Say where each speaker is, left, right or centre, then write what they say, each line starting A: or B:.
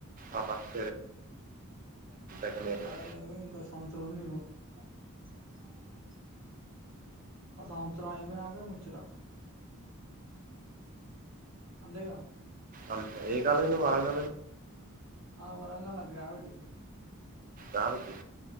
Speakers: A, on the right; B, on the right.
A: ఆ పక్ అరుగా
B: అదే ఇంకో సంవత్సరం <inaudible> ఆ సంవత్సరం అయిపోయినక ముచ్చడ అంతేగా
A: అంతే ఆ కాలేజ్ నువ్వు వార్న్
B: నాకు వరంగల్లా గ్రావిటీ
A: రావచ్చు